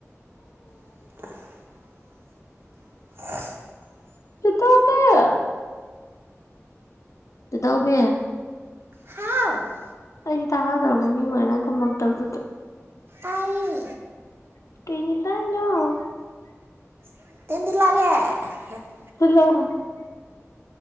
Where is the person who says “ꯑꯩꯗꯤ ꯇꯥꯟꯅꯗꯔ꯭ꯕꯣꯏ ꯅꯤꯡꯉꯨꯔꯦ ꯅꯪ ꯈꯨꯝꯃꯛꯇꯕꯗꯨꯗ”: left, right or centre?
Left